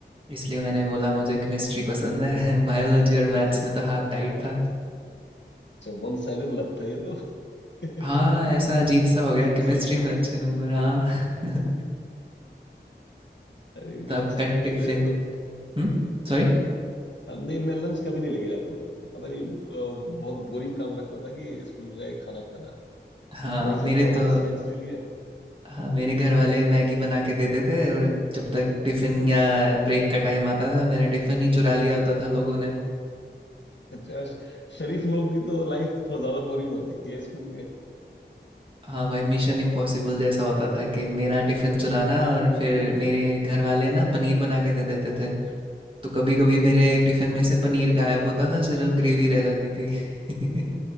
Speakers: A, on the right; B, on the left.
A: इसलिए मैंने बोला मुझे केमिस्ट्री पसंद है <laughs> बायोलॉजी और
B: अच्छा
A: मैथ्स में तो हाथ टाइट था
B: अच्छा वन साइडेड लत था ये तो। एक
A: हाँ ऐसा अजीब सा हो गया केमिस्ट्री
B: ही सब्जेक्ट
A: में अच्छे नंबर हाँ <laughs>
B: अरे मेरा
A: तो आपका
B: तो सब कुछ
A: टिफिन
B: एवरेज आता था
A: हम्म सॉरी
B: हाँ, नहीं मैं लंच कभी नहीं लेके जाता था पता नहीं अ, बहुत बोरिंग काम लगता था कि स्कूल में जाके खाना खाना
A: हाँ
B: वहीं
A: मेरे
B: से थोड़ा बहुत
A: तो
B: स्नैक्स ले लिए
A: हाँ मेरे घर वाले मैगी बना के देते थे और जब तक टिफिन
B: अच्छा
A: या ब्रेक का टाइम आता था मेरा टिफिन ही चुरा लिया होता था लोगों ने।
B: अच्छा श- शरीफ लोग की तो लाइफ थोड़ा ज्यादा बोरिंग होती है स्कूल में
A: हाँ भाई मिशन इम्पॉसिबल जैसा होता था कि मेरा टिफ़िन चुराना और फिर मेरे घर वाले ना पनीर बना के दे देते थे तो कभी कभी मेरे
B: अच्छा
A: टिफ़िन में से
B: हम्म,
A: पनीर गायब होता था सिर्फ ग्रेवी रह जाती थी <laughs>